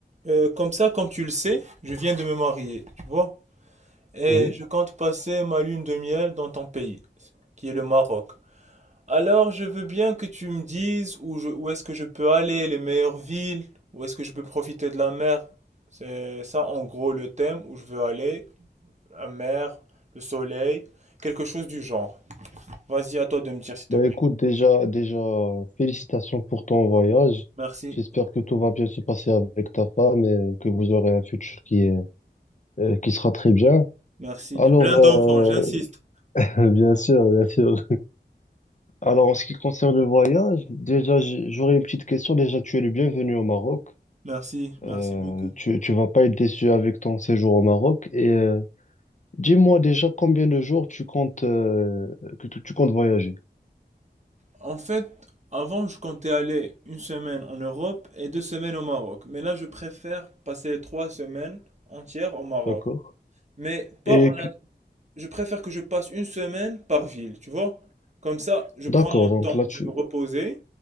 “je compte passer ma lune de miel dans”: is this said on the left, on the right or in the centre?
Right